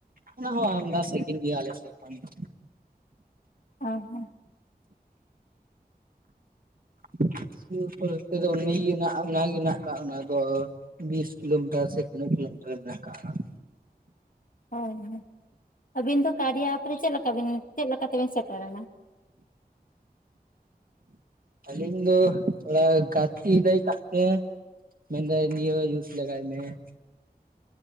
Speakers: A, on the right (about 60°); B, on the left (about 55°).
A: ᱚᱱᱟ ᱦᱚᱸ ᱟᱢᱫᱟ ᱥᱟᱹᱜᱤᱧ ᱜᱮᱭᱟ ᱟᱞᱮ ᱥᱮᱜᱢᱟ ᱾ <inaudible>
B: ᱚ ᱦᱚᱸ ᱾ <inaudible>
A: <unintelligible> ᱛᱮᱫᱚ ᱩᱱᱤᱜᱮ ᱦᱟᱱᱟᱜ ᱚᱱᱟᱜᱮ ᱦᱮᱱᱟᱜ ᱟᱠᱟ ᱚᱱᱟ ᱫᱚ ᱾ ᱵᱤᱥ ᱠᱤᱞᱳ ᱢᱤᱴᱟᱨ ᱥᱮ ᱛᱤᱱᱟᱹᱜ ᱠᱤᱞᱳᱢᱤᱴᱟᱨ ᱢᱮᱱᱟᱜ ᱠᱟᱜ-ᱟ ᱾
B: <inaudible> ᱟᱹᱵᱤᱱ ᱫᱚ ᱠᱟᱨᱭᱟ ᱮᱯ ᱨᱮ ᱪᱮᱫ ᱞᱮᱠᱟ ᱵᱤᱱ ᱪᱮᱫ ᱞᱮᱠᱟ ᱛᱮᱵᱮᱱ ᱥᱮᱴᱮᱨ ᱮᱱᱟ?
A: ᱟᱹᱞᱤᱧ ᱫᱚ ᱛᱷᱚᱲᱟ ᱜᱟᱛᱮ ᱞᱟᱹᱭ ᱠᱟᱜ ᱛᱮ ᱾ ᱢᱮᱱ ᱫᱟᱭ ᱱᱤᱭᱟᱹ ᱡᱤᱭᱩᱥ ᱞᱟᱜᱟᱭ ᱢᱮ ᱾